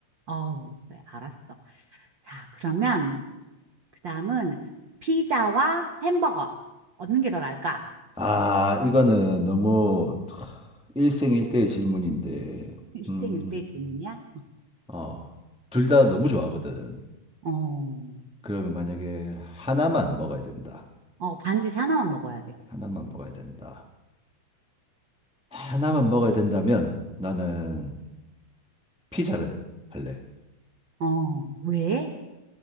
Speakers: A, on the right; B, in the centre.
A: 어우, 그래, 알았어. 자, 그러면, 그 다음은 피자와 햄버거. 얻는 게 더 나을까?
B: 아, 이거는 너무 하, 일생일대의 질문인데,
A: <laughs> 일생일대
B: 음,
A: 질문이야?
B: 어, 둘 다 너무 좋아하거든.
A: 어,
B: 그러면 만약에 하나만 먹어야 된다.
A: 어, 반드시 하나만 먹어야 돼.
B: 하나만 먹어야 된다. 하나만 먹어야 된다면 나는 피자를 할래.
A: 어, 왜?